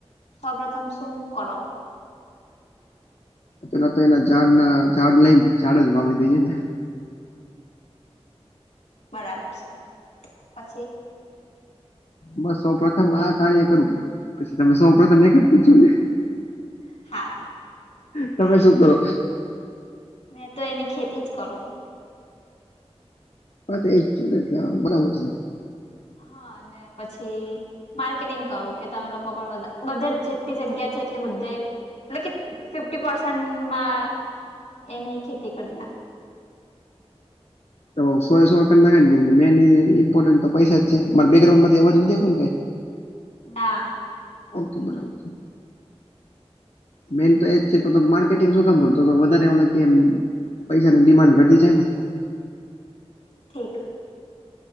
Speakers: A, on the left (about 90°); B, on the left (about 70°).
A: સૌપથમ શું કરો?
B: પેલા તો એના ઝાડના ઝાડ લઈને ઝાડ જ વાવી દઈએે.
A: બરાબર છે પછી
B: બસ સૌ પ્રથમ આ કાર્ય કરું પછી તમે સૌ પ્રથમ એક જ પૂછ્યું ને
A: હાર
B: તમે શું કરો?
A: મેં તો એની ખેતી જ કરું.
B: હા તો એજ થયું ને એટલે બરાબર છે.
A: હા અને પછી માર્કેટિંગ કરું કે તમે લોકો પણ બધે જેટલી જગ્યા છે એટલી બધે એટલે કે ફિફ્ટી પર્સેન્ટમાં એને ખેતી કરી નાખો.
B: તો સો સોડ નાખાય ને કેમ કે મેન ઇમ્પોર્ન્ટ તો પૈસા જ છે મારે બેકગ્રઉન્ડ માં અવાજ નથી આવતો કઈ
A: ના
B: ઓકે બરાબર છે. મેન તો એજ છે માર્કેટિંગ શું કામ કર વધારે એમ પૈસાની ડિમાન્ડ ઘટી જાય ને.
A: ઠીક